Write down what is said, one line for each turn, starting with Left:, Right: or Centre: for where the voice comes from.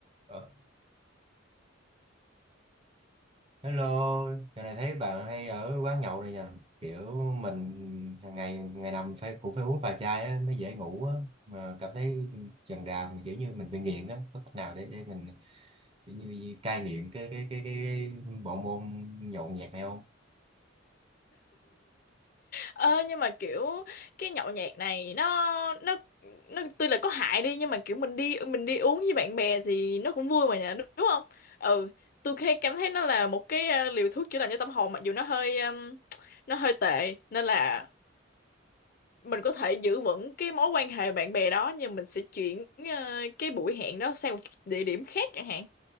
Right: Ờ, Hello, giờ này thấy bạn hay ở quán nhậu này nha. Kiểu mình hàng ngày ngày nằm phải cũng phải uống vài chai á, mới dễ ngủ á. Mà cảm thấy chần đà mình kiểu như mình bị nghiện á. Có cách nào để để mình kiểu như cai nghiện cái cái cái cái, cái bộ môn nhậu nhẹt này không?
Left: Ơ nhưng mà kiểu cái nhậu nhẹt này nó nó nó tuy là có hại đi nhưng mà kiểu mình đi mình đi uống với bạn bè thì nó cũng vui mà nhỉ đúng đúng không? Ừ, tôi khi cảm thấy nó là một cái ờ, liều thuốc chữa lành cho tâm hồn mặc dù nó hơi ừm, nó hơi tệ nên là mình có thể giữ vững cái mối quan hệ bạn bè đó nhưng mình sẽ chuyển ờ, cái buổi hẹn đó sang một địa điểm khác chẳng hạn.